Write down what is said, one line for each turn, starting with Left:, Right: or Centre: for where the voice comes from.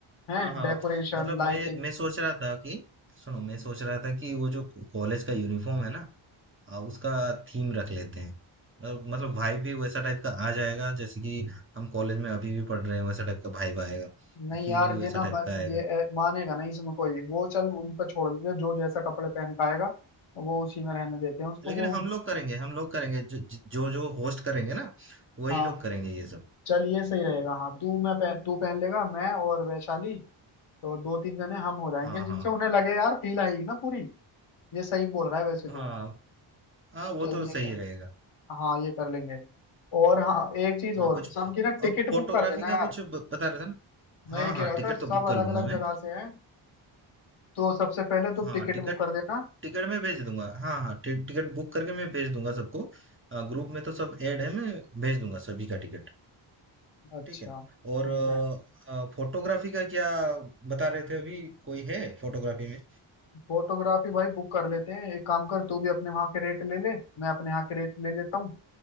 Left: है
Right: हाँ, हाँ,
Left: डेकोरेशन
Right: मतलब
Left: लाइटिंग
Right: मैं मैं सोच रहा था कि सुनो मैं सोच रहा था कि वो जो कॉलेज का यूनिफ़ॉर्म है ना आ, उसका थीम रख लेते हैं मतलब मतलब वाइब भी वैसा टाइप का आ जाएगा जैसे कि हम कॉलेज में अभी भी पढ़ रहे हैं वैसा टाइप का वाइब आएगा
Left: नहीं
Right: फील
Left: यार
Right: भी वैसा
Left: ये ना
Right: टाइप
Left: ब-
Right: का आएगा
Left: ये ए, मानेगा नहीं इसमें कोई वो चल उन पर छोड़ देते हैं, जो जैसा कपड़े पहन के आएगा वो उसी में रहने देते हैं उसको
Right: लेकिन
Left: वो
Right: हम लोग करेंगे हम लोग करेंगे जो जो जो होस्ट करेंगे ना वही
Left: हाँ
Right: लोग करेंगे ये सब
Left: चल ये सही रहेगा हाँ तू मैं पह, तू पहन लेगा मैं और वैशाली तो दो तीन जने हम हो जाएंगे
Right: हाँ
Left: जिनसे
Right: हाँ
Left: उन्हें लगे यार फील आएगी ना पूरी ये सही बोल रहा है वैसे
Right: हाँ
Left: तो
Right: हाँ वो
Left: चल
Right: तो
Left: ये
Right: सही
Left: कर
Right: रहेगा
Left: हाँ ये कर लेंगे और हाँ एक चीज
Right: हाँ
Left: और
Right: कुछ
Left: सबकी ना टिकट
Right: अब फोटोग्राफी
Left: बुक कर देना
Right: का
Left: यार
Right: कुछ ब- बता रहे थे ना
Left: मैं
Right: हाँ
Left: ये
Right: हाँ
Left: कह रहा
Right: टिकट
Left: था सब
Right: तो बुक कर
Left: अलग
Right: लूंगा
Left: अलग
Right: मैं
Left: जगह से हैं तो सबसे पहले तुम
Right: हाँ
Left: टिकट
Right: टिकट
Left: बुक कर देना
Right: टिकट मैं भेज दूंगा हाँ हाँ टि, टिकट बुक करके मैं भेज दूंगा सबको ग्रुप में तो सब ऐड है मैं भेज दूंगा सभी का टिकट
Left: अच्छा
Right: ठीक है और
Left: ठीक है
Right: फोटोग्राफी का क्या बता रहे थे अभी कोई है फोटोग्राफी में
Left: फोटोग्राफी भाई बुक कर लेते हैं एक काम कर तू भी अपने वहाँ के रेट ले ले मैं अपने यहाँ के रेट ले लेता हूँ